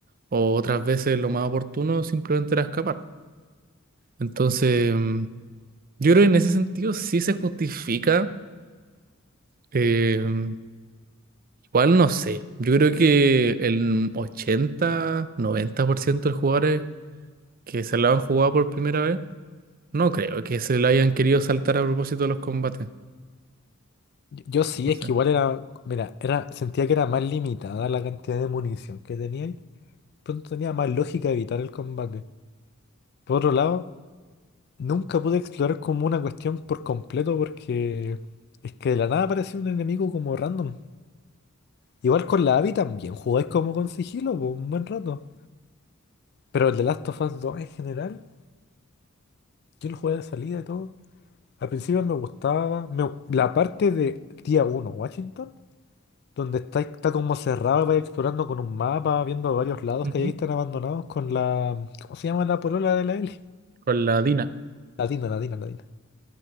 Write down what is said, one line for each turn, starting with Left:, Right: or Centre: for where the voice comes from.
Right: O otras veces lo más oportuno simplemente era escapar. Entonces, mm, yo creo que en ese sentido sí se justifica. eh, ¿Cuál? No sé. Yo creo que el ochenta, noventa por ciento de los jugadores que se la han jugado por primera vez, no creo que se la hayan querido saltar a propósito de los combates.
Left: Yo yo sí,
Right: O
Left: es
Right: sea,
Left: que igual era, mira, era, sentía que era más limitada la cantidad de munición que tenía y pronto tenía más lógica evitar el combate. Por otro lado, nunca pude explorar como una cuestión por completo porque es que de la nada aparecía un enemigo como random. Igual con la AVI también, jugáis como con sigilo por un buen rato. Pero el de Last of Us 2 en general, yo lo jugué de salida y todo. Al principio me gustaba me- la parte de día uno Washington. Donde está, está como cerrado, vais explorando con un mapa, viendo varios lados
Right: ujú,
Left: que ahí están abandonados con la... ¿Cómo se llama la polola de la Eli?
Right: Con la Dina.
Left: La Dina, la Dina, la Dina.